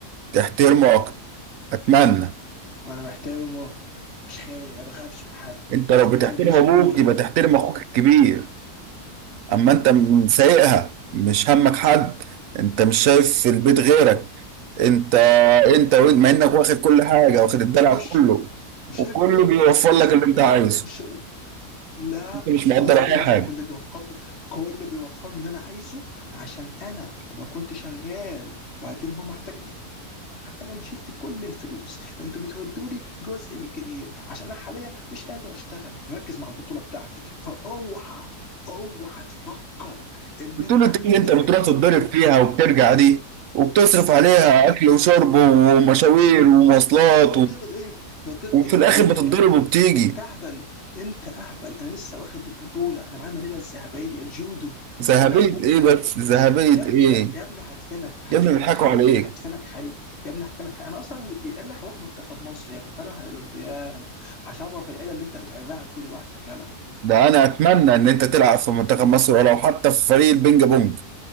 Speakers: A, on the right (about 70°); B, on the left (about 45°).
A: تحترمه اكتر اتمنى
B: انا محترمه مش خايف ما بخافش من حد
A: انت لو بتحترم
B: انا ماليش
A: ابوك
B: كبير
A: يبقى تحترم اخوك الكبير اما انت م- سايقها مش همك حد انت مش شايف في البيت غيرك انت انت وانت مع انك واخد كل حاجه واخد الدلع
B: مش
A: كله
B: مش
A: وكله
B: شايف ايه
A: بيوفر
B: مش
A: لك
B: شايف
A: اللي انت
B: ايه
A: عايزه
B: مش شايف إيه؟ لا
A: انت مش مقدر
B: لا
A: اي
B: يا باشا
A: حاجه
B: كل بيوفر لي كل بيوفر لي اللي انا عايزه عشان انا لما كنت شغال وبعدين ماما احتاجت انا اللي شلت كل الفلوس انتوا بتودوا لي جزء من الجميل عشان انا حاليا مش قادر اشتغل مركز مع البطوله بتاعتي فاوعى اوعى تفكر ان
A: بتقول
B: انت
A: الدنيا اللي
B: بتعمل
A: انت بتروح
B: لي جميله
A: تتضرب فيها وبترجع دي وبتصرف عليها اكل وشرب ومشاوير ومواصلات
B: بتضرب
A: و...
B: ايه بتضرب
A: وفي
B: ايه
A: الاخر
B: يا
A: بتتضرب
B: يا هالاند
A: وبتيجي
B: انت اهبل انت اهبل انا لسه واخد البطوله انا معايا الميداليه الذهبيه جودو
A: ذهبية
B: يعني انا لو قمت
A: ايه بس
B: عليك
A: ذهبية
B: يا ابني
A: ايه
B: يا يا ابني هدفنك هدفنك
A: يا ابني بيضحكوا
B: حي
A: عليك
B: هدفنك حي يا ابني هدفنك حي انا اصلا يا ابني هروح منتخب مصر يا ابني طالع على الاولمبياد هشرف العيله اللي انت بتعبها طول وقتك يلا
A: ده انا اتمنى ان انت تلعب في منتخب مصر ولو حتى في فريق البينج بونج